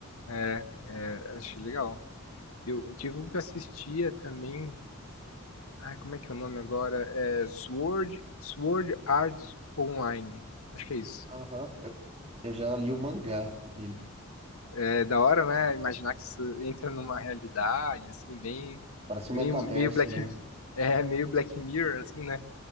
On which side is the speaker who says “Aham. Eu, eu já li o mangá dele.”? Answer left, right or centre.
Right